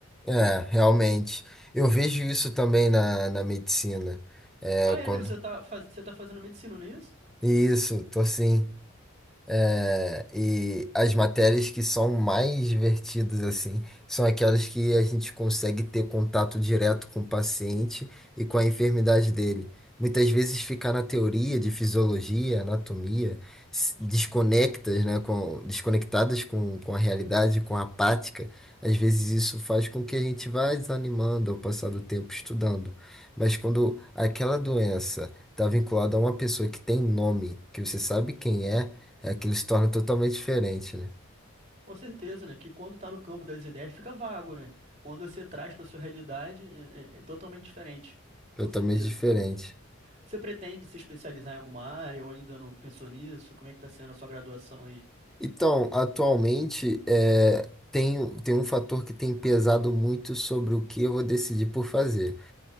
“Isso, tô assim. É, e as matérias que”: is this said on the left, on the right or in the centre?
Centre